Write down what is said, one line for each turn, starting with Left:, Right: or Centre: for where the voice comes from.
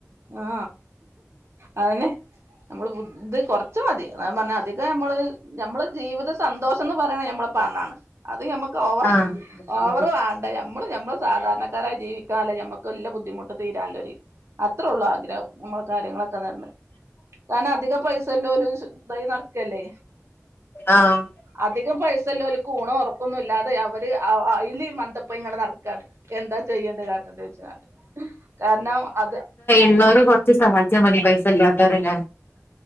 Right: ആ അതന്നെ നമ്മള് ബുധ് കൊ റച്ചു മതി അധികം നമ്മള് നമ്മള് ജീവിത സന്തോഷന്ന് പറയണ നമ്മ പണാണ് അത് നമ്മക്ക് ഓവർ
Left: ആ
Right: ഓവറ് വാണ്ട നമ്മള് നമ്മള് സാധാരണ ഉസാറായി ജീവിക്കാള്ളെ നമ്മക്ക് എല്ല ബുദ്ധിമുട്ട് തിരാള്ളൊരു അത്രേ ഉള്ളൂ ആഗ്രഹം നമ്മളെ കാര്യങ്ങളൊക്കെ നട്ന്ന്. കാരൻ അധികം പൈസല്ലോലും ഇതായി നടക്കല്ലേ
Left: ആഹ്
Right: അധികം പൈസ ഇള്ളോൾക് ഊണും ഒറക്കൊന്നും ഇല്ലാതെ അവര് അ അയില് മന്ദപ്പായിങ്ങാണ്ട് നട എന്താ ചെയ്യേണ്ടത് കാട്ടന്റെ വെച്ച് കാരണം അത്
Left: ഉള്ളവര് കൊറച്ച് സഹായിച്ചാൽ മതി പൈസ ഇല്ലാത്തവരല്ലേ